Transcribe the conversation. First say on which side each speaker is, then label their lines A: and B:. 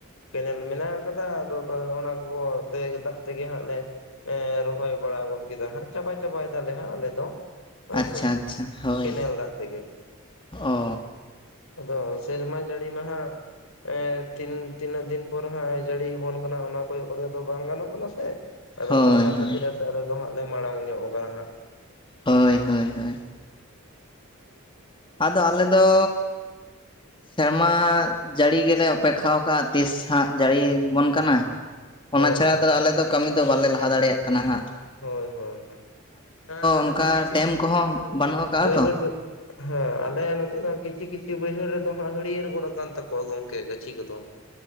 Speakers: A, on the left (about 70°); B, on the left (about 25°).
A: ᱠᱮᱱᱮᱞ ᱢᱮᱱᱟᱜ ᱟᱠᱟᱫᱟ ᱟᱫᱚ <unintelligible> ᱚᱱᱟ ᱠᱚ ᱫᱟᱜ ᱛᱮᱜᱮ ᱦᱟᱸᱜ ᱞᱮ ᱼᱼ ᱨᱚᱦᱚᱭ ᱵᱟᱲᱟ ᱜᱚᱫ ᱠᱮᱫᱟ ᱦᱟᱸᱜ ᱪᱟᱵᱟ ᱪᱟᱵᱟᱭ ᱫᱟᱞᱮ ᱦᱟᱸᱜ ᱟᱞᱮ ᱫᱚ ᱾ ᱦᱳᱭ
B: ᱟᱪᱪᱷᱟ
A: ᱥᱮ
B: ᱟᱪᱪᱷᱟ ᱦᱳᱭ
A: ᱠᱮᱱᱮᱞ ᱫᱟᱜ ᱛᱮᱜᱮ
B: ᱚ
A: ᱟᱫᱚ ᱥᱮᱨᱢᱟ ᱡᱟᱹᱲᱤ ᱢᱟᱦᱟᱸᱜ ᱮᱸ ᱛᱤᱱ ᱛᱤᱱᱟᱹᱜ ᱫᱤᱱ ᱯᱚᱨ ᱦᱟᱸᱜ ᱮ ᱡᱟᱹᱲᱤᱭ ᱟᱵᱚᱱ ᱠᱟᱱᱟ ᱚᱱᱟ ᱠᱚᱭᱚᱜ ᱠᱟᱛᱮᱜ ᱫᱚ ᱵᱟᱝ ᱜᱟᱱᱚᱜ ᱠᱟᱱᱟ ᱥᱮ ᱾ ᱟᱫᱚ
B: ᱦᱳᱭ
A: ᱚᱱᱟ ᱠᱷᱟᱹᱛᱤᱨ
B: ᱦᱳᱭ
A: ᱟᱫᱚ ᱟᱞᱮ ᱫᱚ ᱦᱟᱸᱜ ᱞᱮ ᱢᱟᱲᱟᱝ ᱧᱚᱜ ᱠᱟᱱᱟ ᱦᱟᱸᱜ ᱾
B: ᱦᱳᱭ ᱦᱳᱭ ᱦᱳᱭ ᱾ ᱟᱫᱚ ᱟᱞᱮ ᱫᱚ ᱥᱮᱨᱢᱟ ᱡᱟᱹᱲᱤ ᱜᱮᱞᱮ ᱚᱯᱮᱠᱷᱟᱣ ᱠᱟᱜ-ᱟ ᱛᱤᱥᱦᱟᱸᱜ ᱡᱟᱹᱲᱤ ᱟᱵᱚᱱ ᱠᱟᱱᱟ ᱾ ᱚᱱᱟ
A: ᱦᱳᱭ
B: ᱪᱷᱟᱲᱟ
A: ᱪᱮᱫ
B: ᱫᱚ ᱟᱞᱮ ᱫᱚ ᱠᱟᱹᱢᱤ ᱫᱚ ᱵᱟᱞᱮ ᱞᱟᱦᱟ ᱫᱟᱲᱮᱭᱟᱜ ᱠᱟᱱᱟ ᱦᱟᱸᱜ ᱾
A: ᱦᱳᱭ ᱦᱳᱭ ᱦᱳ ᱦᱮᱸᱻ ᱟᱞᱮ
B: ᱚᱱᱠᱟ
A: ᱫᱚ ᱠᱤᱪᱷᱩ
B: ᱰᱮᱢ
A: ᱠᱤᱪᱷᱩ
B: ᱠᱚᱦᱚᱸ ᱵᱟᱹᱱᱩᱜ ᱟᱠᱟᱜᱼᱟ
A: ᱵᱟᱹᱭᱦᱟᱹᱲ
B: ᱛᱚ
A: ᱨᱮ ᱦᱮᱸ ᱟᱞᱮ ᱱᱚᱛᱮᱱᱟᱜ ᱠᱤᱪᱷᱤ - ᱠᱤᱪᱷᱤ ᱵᱟᱹᱭᱦᱟᱹᱲ ᱨᱮᱫᱚ ᱦᱟᱸᱜ ᱦᱟᱹᱲᱭᱟᱹᱨ ᱜᱚᱫ ᱟᱠᱟᱱ ᱛᱟᱠᱚᱣᱟ ᱜᱚᱝᱠᱮ ᱜᱟᱹᱪᱷᱤ ᱠᱚᱫᱚ